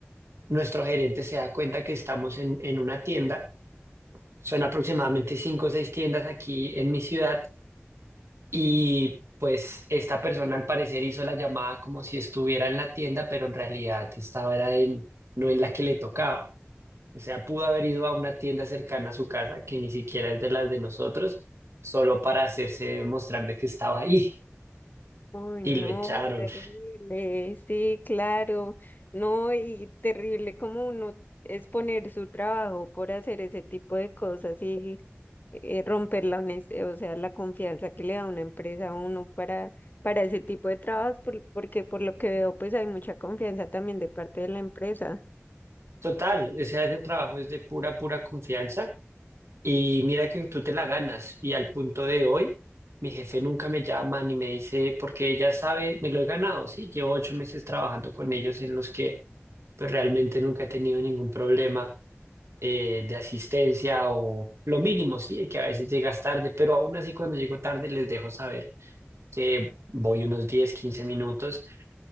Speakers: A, on the right; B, on the left.
A: nuestro gerente se da cuenta que estamos en, en una tienda. Son aproximadamente cinco o seis tiendas aquí en mi ciudad y pues esta persona al parecer hizo la llamada como si estuviera en la tienda, pero en realidad estaba era en, no en la que le tocaba. O sea, pudo haber ido a una tienda cercana a su casa, que ni siquiera es de las de nosotros, solo para hacerse mostrar de que estaba ahí
B: Uy,
A: y
B: no,
A: lo echaron.
B: terrible, sí, claro, no, y terrible como uno es poner su trabajo por hacer ese tipo de cosas y eh, romper la honest- eh, o sea, la confianza que le da una empresa a uno para, para ese tipo de trabajos, por- porque por lo que veo, pues hay mucha confianza también de parte de la empresa.
A: Total, o sea, ese trabajo es de pura, pura confianza y mira que tú te la ganas. Y al punto de hoy, mi jefe nunca me llama ni me dice, porque ella sabe, me lo he ganado, sí, llevo ocho meses trabajando con ellos en los que pues realmente nunca he tenido ningún problema eh, de asistencia o lo mínimo, sí, que a veces llegas tarde, pero aún así cuando llego tarde les dejo saber que voy unos 10 15 minutos,